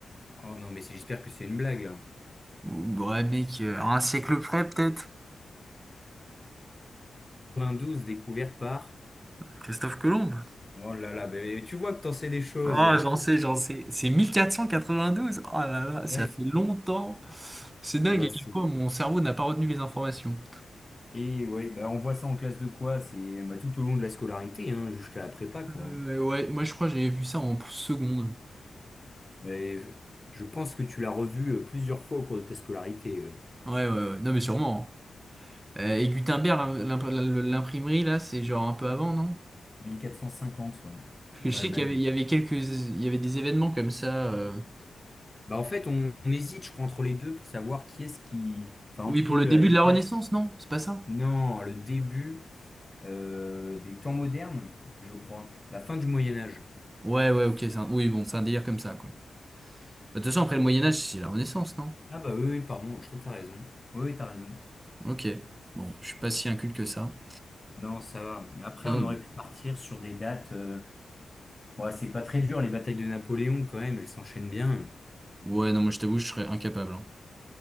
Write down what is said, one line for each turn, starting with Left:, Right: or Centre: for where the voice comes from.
Left: Oh non, mais c'est- j'espère que c'est une blague, là.
Right: Ou- Ouais, mec, euh, à un siècle près, peut-être.
Left: douze découverte par...
Right: Christophe Colomb.
Left: Oh là là, bah, mais tu vois que t'en sais des choses.
Right: Ah, j'en
Left: <laughs>
Right: sais, j'en sais. C'est mille quatre quatre-vingt-douze cent quatre-vingt-douze. Oh là là, ça
Left: Ouais.
Right: fait longtemps. C'est dingue
Left: Eh ben,
Right: à quel
Left: c'est-
Right: point mon cerveau n'a pas retenu les informations.
Left: Et ouais, bah, on voit ça en classe de quoi? C'est bah, tout au long de la scolarité, hein, jusqu'à la prépa, quoi.
Right: Euh, ouais, moi je crois que j'avais vu ça en seconde.
Left: Mais je pense que tu l'as revu euh, plusieurs fois au cours de ta scolarité. euh.
Right: Ouais, ouais, ouais. Non, mais sûrement. hein. Euh, et Gutenberg, l'im- l'im- l'imprimerie, là, c'est genre un peu avant, non?
Left: mille quatre cent cinquante, ouais,
Right: Parce
Left: en
Right: que je
Left: Allemagne.
Right: sais qu'il y avait, il y avait quelques, il y avait des événements comme ça. euh.
Left: Bah en fait, on, on hésite, je crois, entre les deux pour savoir qui est-ce qui... Enfin,
Right: Oui,
Left: entre
Right: pour le
Left: la
Right: début
Left: découverte...
Right: de la Renaissance, non? C'est pas ça?
Left: Non, le début euh, des temps modernes, je crois. La fin du Moyen Âge.
Right: Ouais, ouais, ok. c'est un- Oui, bon, c'est un délire comme ça, quoi. Bah, De toute façon, après le Moyen-Âge, c'est la Renaissance, non?
Left: Ah bah oui, oui, pardon, je crois que t'as raison. Oui, oui, t'as raison.
Right: Ok. Bon, je suis pas si inculte que ça.
Left: Non, ça va. Mais après,
Right: Non,
Left: on aurait pu partir sur des dates... euh, Ouais, c'est pas très dur, les batailles de Napoléon, quand même, elles s'enchaînent bien.
Right: ouais, non, moi je t'avoue, je serais incapable. hein.